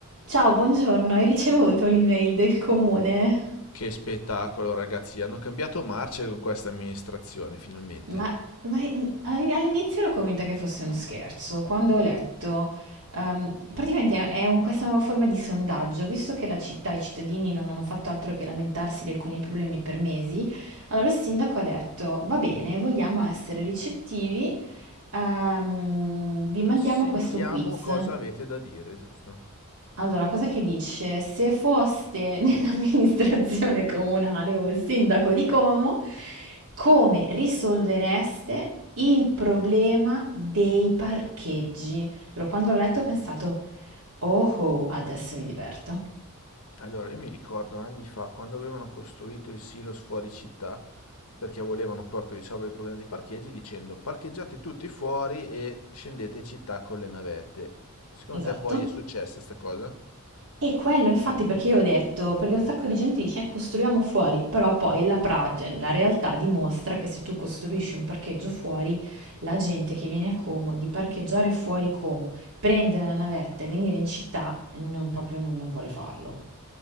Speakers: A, on the right; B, on the left.
A: Ciao, buongiorno, hai ricevuto l'email del comune?
B: Che spettacolo, ragazzi! Hanno cambiato marcia con questa amministrazione, finalmente.
A: Ma, ma in- all- all'inizio l'ho convinta che fosse uno scherzo, quando ho letto, ehm, praticamente è un- questa nuova forma di sondaggio, visto che la città e i cittadini non hanno fatto altro che lamentarsi di alcuni problemi per mesi, allora il sindaco ha detto, va bene, vogliamo essere ricettivi, ehm, vi mandiamo
B: Sentiamo
A: questo quiz.
B: cosa avete da dire, giusto?
A: Allora, cosa che dice? Se foste <laughs> nell'amministrazione comunale o il sindaco di Como, come risolvereste il problema dei parcheggi? Giuro, quando l'ho letto ho pensato, oh, oh, adesso mi diverto.
B: Allora, io mi ricordo anni fa, quando avevano costruito il silos fuori città, perché volevano proprio risolvere il problema dei parcheggi, dicendo parcheggiate tutti fuori e scendete in città con le navette. Secondo
A: Esatto.
B: te poi è successa sta cosa?
A: E quello infatti perché io ho detto, perché un sacco di gente dice "Eh, costruiamo fuori, però poi la, pra- cioè, la realtà dimostra che se tu costruisci un parcheggio fuori, la gente che viene a Como, di parcheggiare fuori Como, prendere la navetta e venire in città, non, proprio non, non vuole farlo.